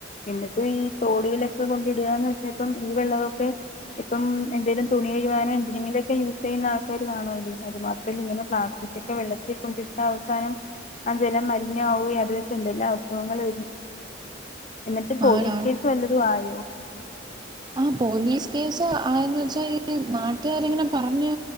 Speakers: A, on the left; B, on the right.
A: എന്നിട്ടും ഈ തോടുകളിലൊക്കെ കൊണ്ട് ഇടുകന്ന് വെച്ചാൽ ഇപ്പം ഈ വെള്ളമൊക്കെ ഇപ്പം എന്തേങ്കലും തുണി കഴാനോ എന്തെങ്കിലുംക്ക യൂസ് ചെയ്യുന്ന ആൾക്കാര് കാണുവല്ലോ അത് മാത്രമല്ല ഇങ്ങനെ പ്ലാസ്റ്റിക്ക് ഒക്കെ വെള്ളത്തിൽ കൊണ്ടിട്ടാ അവസാനം അ ജലം മലിനമാവുകയും അത് വെച്ച് എന്തെല്ലാം അസുഖങ്ങൾ വരും എന്നിട്ട് പോലീസ്
B: ആണാണ്
A: കേസ് വല്ലതും ആയോ
B: ആ പോലീസ് കേസ് ആയെന്ന് വെച്ചാൽ ഈ നാട്ടുകാര് ഇങ്ങനെ പറഞ്ഞ്